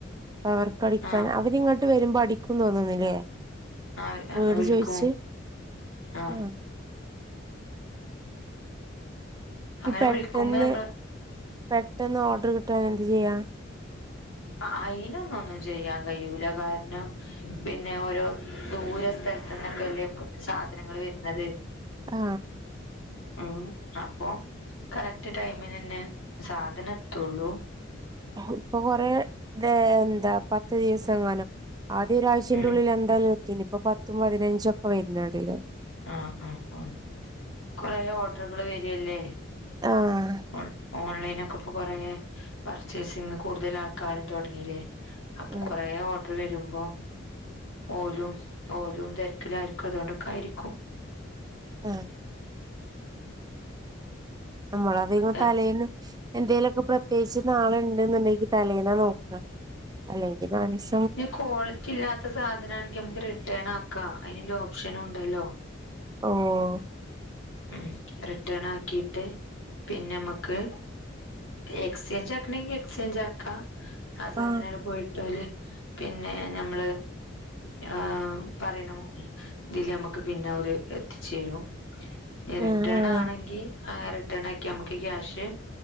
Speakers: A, on the right; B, on the left.
A: അപ്പ അവർക്കടിക്കാൻ
B: ആഹ്
A: അവരിങ്ങോട്ട് വരുമ്പോ അടിക്കും തോന്നുന്ന്ല്ലേ
B: ആഹ്
A: വീട്
B: വിളിക്കും
A: ചോയിച്ച്
B: ആഹ്
A: ഉം
B: അങ്ങനെ
A: ഇ പെട്ടെന്ന്
B: വിളിക്കുമ്പോ നമ്മള്
A: പെട്ടെന്ന് ഓടർ കിട്ടാൻ എന്താ ചെയ്യാ
B: അ അയ്നൊന്നു ഒന്നും ചെയ്യാൻ കയ്യൂല കാരണം പിന്നെ ഓരോ ദൂര സ്ഥൽ ത്ത്ന്നക്കല്ലേ സാധനങ്ങള് വര്നത്
A: ആ
B: ഉം അപ്പൊ കറക്ട് ടൈമിനെന്നെ സാധനത്തൊള്ളൂ
A: ഇപ്പൊ കൊറേ ന്തേ ന്താ പത്ത് ദിവസംങ്ങാനും ആദ്യ ഒരു ആഴ്ചന്റുള്ളില്
B: ഉം
A: എന്തായാലും എത്തിനി. പ്പൊ പത്തും പതിനഞ്ചും ഒക്കെ വെരുന്നാ ഡിലെ
B: ആഹ് ആഹ് ആഹ് കൊറേ ഓർഡ്ർകള് വെരല്ലേ.
A: ആഹ്
B: ഓൺ ഓൺലൈനൊക്കെ പ്പൊ കൊറേ പർച്ചേസിങ് കൂട്തലാൾക്കാരും തൊട്ങ്ങീല്ല്യേ അപ്പൊ
A: ഉം
B: കൊറേ ഓ ട്ർ വെരുമ്പോ ഓലും ഓലും തെര്ക്ക്ലായ്ര്ക്കും അതോണ്ടൊക്കായിരിക്കും.
A: ആഹ്. അമ്മളാധികും
B: എ,
A: തലേന്ന് എന്തേലൊക്കെ പ്രത്യേകിച്ച് നാളെണ്ട്ന്ന്ണ്ടെങ്കി തലേന്നാ നോക്കാ അല്ലെങ്കി നാലീസ്
B: ന്നെ കോളിറ്റി ഇല്ലാത്ത സാധനാണെങ്കി അമ്മക്ക് റിട്ടേണാക്കാ അയ്ന്ല്ല ഓപ്ഷനുണ്ടല്ലോ
A: ഓഹ്.
B: ഉം റിട്ടേണാക്കീട്ട് പിന്നെമ്മക്ക് എക്സ്ചേഞ്ചാക്കണെങ്കി എക്സ്ചേഞ്ചാക്കാ ആ സാധനടെ
A: ആഹ്
B: പോയിട്ടോ ല്ലേ പിന്നെ ഞമ്മള് ആഹ് പറീനൊ തില് അമ്മക്ക് പിന്നെ ഓര് എത്തിച്ചേരും ഏ റിട്ടേണാണെങ്കി
A: ആഹ് ആഹ്
B: ആ റിട്ടേണാക്കി അമ്മക്ക് ക്യാഷ്